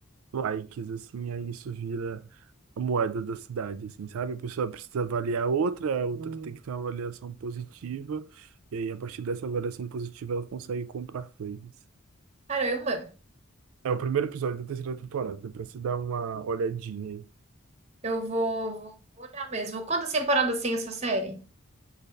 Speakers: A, on the right (about 80°); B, on the right (about 30°).
A: likes, assim, aí isso vira a moeda da cidade, assim, sabe? A pessoa precisa avaliar outra, a outra tem Hum. que ter uma avaliação positiva, e aí a partir dessa avaliação positiva ela consegue comprar coisas.
B: Caramba,
A: É o primeiro episódio da terceira temporada, depois você dar uma olhadinha aí.
B: eu vou, vou- vou olhar mesmo. Quantas temporadas tem essa série?